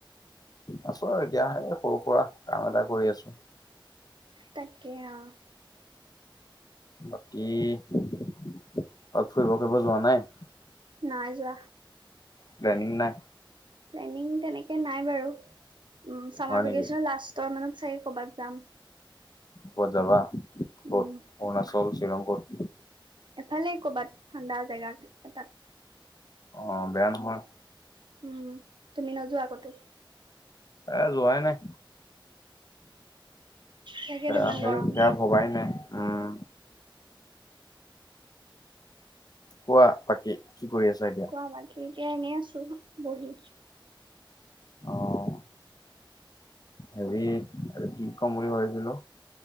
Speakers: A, on the left; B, on the right.
A: আছোঁ আৰু এতিয়া এই সৰু সুৰা কাম এটা কৰি আছো।
B: তাকে, অ
A: বাকী অ ফুৰিব ফুৰিব যোৱা নাই?
B: নাই যোৱা
A: <unintelligible> নাই?
B: প্লেনিং তেনেকে নাই বাৰু, উ চামাৰ
A: হয় নেকি?
B: ভেকেচন লাষ্টৰ মানে চ ক'বাত যাম।
A: কত যাৱা,
B: উম
A: কত? অৰুণাচল শ্বিলং কত?
B: এফালে কৰ'বাত ঠাণ্ডা জেগা এ তাত
A: অ বেয়া নহয়
B: উম, তুমি নোযোৱা আ কতো?
A: এ যোৱাই নাই
B: তাকেতো
A: য়া
B: ইমান
A: সেই
B: গৰম
A: এয়া ভবাই নাই উম, কোৱা বাকী কি কৰি আছা এতিয়া?
B: কোৱা বাকী, এতিয়া এনেই আছো বহি
A: অ' হেৰি, কি কম বুলি ভাবিছিলো